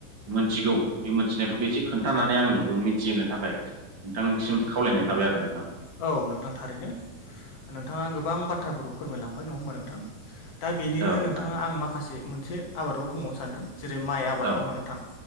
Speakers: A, on the right (about 40°); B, on the left (about 60°).
A: मोनथिगौ बे मोनथिनायफोरखौ एसे खोन्थानानै आंनो मिथिहोनो थाखाय नोंथांसिम खावलायनाय थाबाय आरो नोंथां।
B: औ नोंथां थारैनो नोंथाङा गोबां बाथ्राफोरखौ फोरमायलांबाय नङा होमबा नोंथां? दा बेनिनो
A: नोंथां
B: नोंथाङा आं माखासे मोनसे आबादखौ बुंबावनो सानदों। जेरै माइ आबाद
A: औ
B: नङा होमबा नोंथां?